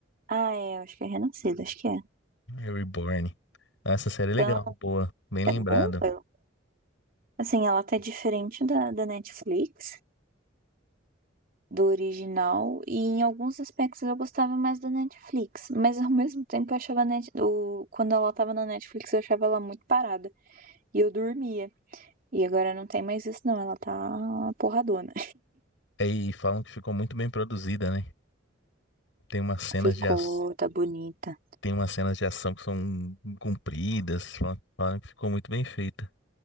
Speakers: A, on the right; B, on the left.
A: Ah, é, eu acho que é Renascido, acho que é.
B: É Reborn. Ah, Essa série é legal,
A: Então,
B: boa. Bem lembrado.
A: é bom. eu- Assim, ela tá diferente da, da Netflix. do original e em alguns aspectos eu gostava mais da Netflix, mas ao mesmo tempo eu achava a Net... o... quando ela tava na Netflix eu achava ela muito parada e eu dormia. E agora não tem mais isso não, ela tá porradona.
B: É, E falam que ficou muito bem produzida, né? Tem umas
A: <laughs>
B: cenas
A: Ficou,
B: de, ac-
A: tá bonita.
B: tem umas cenas de ação que são compridas. Falam, falam que ficou muito bem feita.